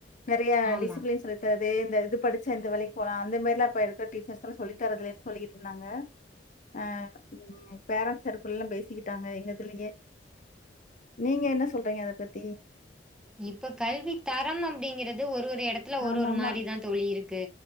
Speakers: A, on the left; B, in the centre.
A: நெறைய
B: ஆமா
A: டிசிப்ளின் சொல்லி ரதே இந்த இது படிச்சா இந்த வேலைக்கு போலா அந்தமாரி எல்லா இப்ப இருக்க டீச்சர்ஸ் சொல்லி தரதுலேன்ன சொல்லிகிட்டு இருந்தாங்க அ பேரண்ட்ஸ் சர்க்கிள் எல்லா பேசிக்கிட்டாங்க எங்கதுலயே நீங்க என்ன சொல்றீங்க அத பத்தி
B: இப்ப கல்வி தரம் அப்டிங்கறது ஒரு ஒரு இடத்துல ஒரு
A: ஆமாமா,
B: ஒரு மாரிதா தோழி இருக்கு